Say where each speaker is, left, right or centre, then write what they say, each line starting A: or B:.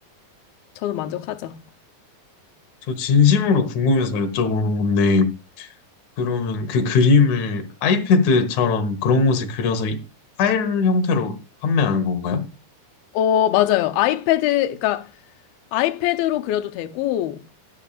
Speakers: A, on the left; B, on the left.
A: 저는 만족하죠.
B: 저 진심으로 궁금해서 여쭤보는 건데, 그러면 그 그림을 아이패드처럼 그런 곳에 그려서 이- 파일 형태로 판매하는 건가요?
A: 어, 맞아요. 아이패드, 그러니까 아이패드로 그려도 되고,